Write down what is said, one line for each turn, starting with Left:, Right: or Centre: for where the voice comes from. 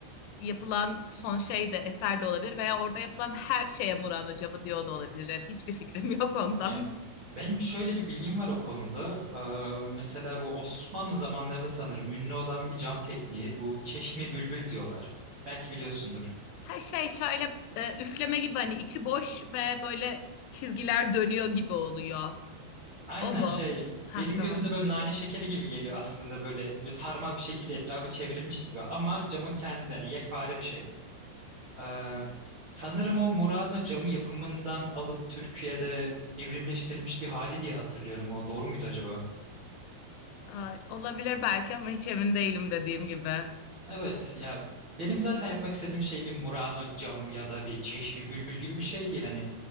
Left: yapılan son şey de eser de olabilir veya orada yapılan her şeye Murano camı diyor da olabilirler. Hiçbir fikrim yok ondan.
Right: Ya benim şöyle bir bilgim var o konuda. Ee, mesela bu Osmanlı zamanlarında sanırım ünlü olan bir cam tekniği bu çeşme bülbül diyorlar. Belki biliyorsundur.
Left: Her şey şöyle e, üfleme gibi hani içi boş ve böyle çizgiler dönüyor gibi oluyor.
Right: Aynen
Left: O mu?
Right: şey benim
Left: Ha tamam.
Right: gözümde böyle nane şekeri gibi geliyor aslında böyle, böyle sarmal bir şekilde etrafı çevrilmiş gibi ama camın kendi hani yekpare bir şey. Ee, sanırım o Murano camı yapımından alıp Türkiye'de evrimleştirilmiş bir hali diye hatırlıyorum o doğru muydu acaba?
Left: Ay, olabilir belki ama hiç emin değilim dediğim gibi.
Right: Evet ya benim zaten yapmak istediğim şey bir Murano camı ya da bir çeşmi bülbül gibi bir şey değil hani.